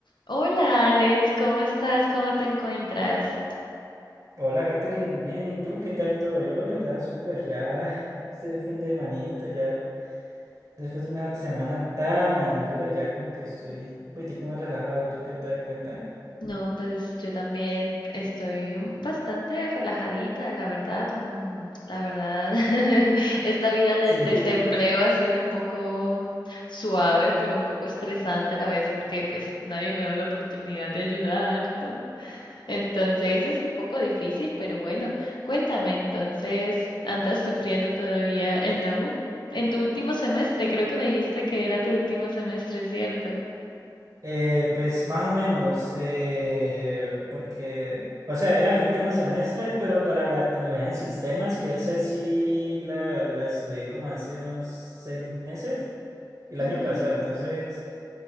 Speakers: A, on the left; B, on the right.
A: Hola Alex, ¿cómo estás? ¿Cómo te encuentras?
B: Hola, Katherine, bien, ¿y tú qué tal todo? Yo, la verdad, súper, ya <laughs> este fin de manito, ya después de una semana tan dura, ya como que estoy un poquitico más relajado. ¿Y tú qué tal? Cuéntame.
A: No, pues yo también estoy un- bastante relajadita, la verdad. mm, La verdad, <laughs> esta vida del
B: Sí,
A: desempleo
B: <laughs>
A: ha sido un poco mm, suave, pero un poco estresante a la vez porque pues nadie me da la oportunidad de ayudar, ¿no? Entonces es un poco difícil, pero bueno, cuéntame, entonces, ¿andas sufriendo todavía en la U? En tu último semestre, creo que me dijiste que era tu último semestre, ¿cierto?
B: eh, pues más o menos, eh, porque, o sea, era mi último semestre, pero para la tecnología en sistemas, que esa sí la, la estudié como hace unos seis meses, el
A: Ujú.
B: año pasado, entonces.